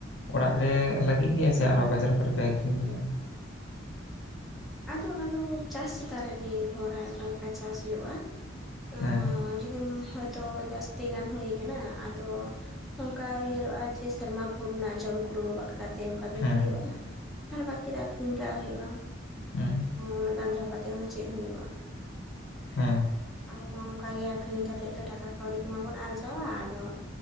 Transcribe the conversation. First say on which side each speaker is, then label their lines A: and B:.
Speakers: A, on the left; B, in the centre.
A: ᱚᱲᱟᱜ ᱨᱮ ᱞᱟᱜᱤᱜ ᱜᱮ ᱥᱮ ᱟᱨᱚ ᱵᱟᱡᱟᱨ ᱠᱚᱨᱮᱯᱮ ᱟᱠᱷᱨᱤᱧ ᱜᱮᱭᱟ?
B: ᱟᱫᱚ ᱚᱱᱟ ᱫᱚ ᱪᱟᱥ ᱪᱮᱛᱟᱱ ᱨᱮ ᱱᱤᱨᱵᱷᱚᱨᱟᱭ ᱚᱠᱟ ᱞᱮᱠᱟ ᱪᱟᱥ ᱦᱳᱭᱳᱜᱼᱟ᱾
A: ᱦᱮᱸ
B: ᱚ ᱡᱩᱫᱤᱢ ᱦᱚᱳᱭᱛᱚ ᱡᱟᱹᱥᱛᱤ ᱜᱟᱱ ᱦᱩᱭ ᱠᱟᱱᱟ ᱟᱫᱚ ᱚᱱᱠᱟ ᱩᱭᱦᱟᱹᱨᱚᱜᱼᱟ ᱡᱮ ᱥᱮᱨᱢᱟ ᱵᱷᱳᱨ ᱨᱮᱱᱟᱜ ᱡᱚᱢ ᱠᱩᱲᱟᱹᱣ ᱵᱟᱠᱷ ᱠᱟᱛᱮᱜ ᱚᱝᱠᱟ ᱫᱚᱦᱚᱭ
A: ᱦᱮᱸ
B: ᱦᱳᱭᱳᱜᱼᱟ
A: ᱦᱮᱸ
B: ᱟᱨ ᱵᱟᱹᱠᱤ ᱨᱮ ᱟᱹᱷᱨᱤᱧ ᱠᱟᱜ ᱦᱩᱭᱩᱜᱼᱟ᱾
A: ᱦᱩᱸ
B: ᱩᱱᱟᱹᱜ ᱜᱟᱱ ᱫᱚᱦᱚᱸ ᱠᱟᱛᱮᱜ ᱦᱚᱸ ᱪᱮᱜ ᱦᱩᱭᱩᱜᱼᱟ᱾
A: ᱦᱩ
B: ᱟᱵᱚ ᱢᱟ ᱚᱝᱠᱟᱜᱮ ᱟᱹᱷᱨᱤᱧ ᱠᱟᱛᱮᱜ ᱴᱟᱠᱟ ᱠᱟᱹᱣᱰᱤ ᱠᱚᱢᱟᱵᱚᱱ ᱟᱨᱡᱟᱣᱟ ᱟᱫᱚ